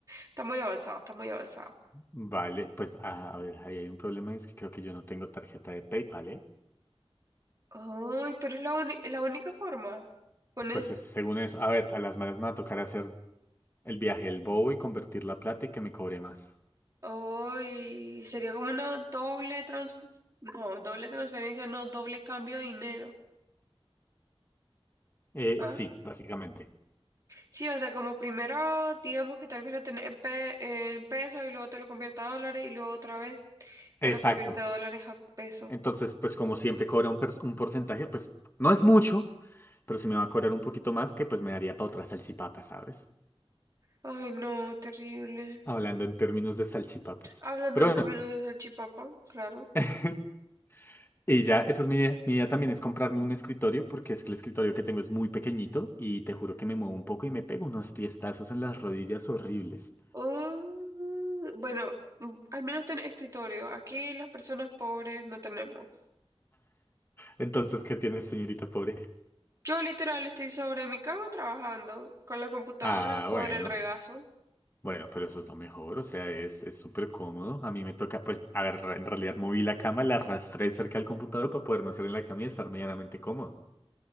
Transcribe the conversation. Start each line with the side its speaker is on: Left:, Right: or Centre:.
Right: Está muy avanzado, está muy avanzado.
Left: vale, pues a, a ver, ahí hay un problema, es que creo que yo no tengo tarjeta de PayPal, ¿eh?
Right: Ay, pero es la, uni- la única forma. Con
Left: Pues es- según eso, a ver, a las malas me va a tocar hacer El viaje del bobo y convertir la plata y que me cobre más.
Right: Uy, sería como una doble trans... No, doble transferencia, no, doble cambio de dinero.
Left: Eh,
Right: Ah.
Left: sí, básicamente.
Right: Sí, o sea, como primero, digamos que tal vez lo tenés en, pe- en pesos y luego te lo convierte a dólares y luego otra vez te
Left: Exacto.
Right: lo convierte de dólares a pesos.
Left: Entonces, pues como siempre cobra un, pers- un porcentaje, pues no es mucho, pero si me va a cobrar un poquito más, que pues me daría para otra salchipapa, ¿sabes?
Right: Ay, no, terrible.
Left: Hablando en términos de salchipapas.
Right: Hablando
Left: Pero
Right: en términos
Left: bueno,
Right: de salchipapa, claro.
Left: <laughs> y ya, esa es mi idea. Mi idea también es comprarme un escritorio, porque es que el escritorio que tengo es muy pequeñito y te juro que me muevo un poco y me pego unos tiestazos en las rodillas horribles.
Right: Uh, bueno, mm, al menos tenés escritorio. Aquí las personas pobres no tenemos.
Left: Entonces, ¿qué tienes, señorita pobre?
Right: Yo literal estoy sobre mi cama trabajando con la computadora
Left: Ah,
Right: sobre
Left: bueno.
Right: el regazo.
Left: Bueno, pero eso es lo mejor, o sea, es, es súper cómodo. A mí me toca, pues, a ver, en realidad moví la cama, la arrastré cerca del computador para poderme hacer en la cama y estar medianamente cómodo.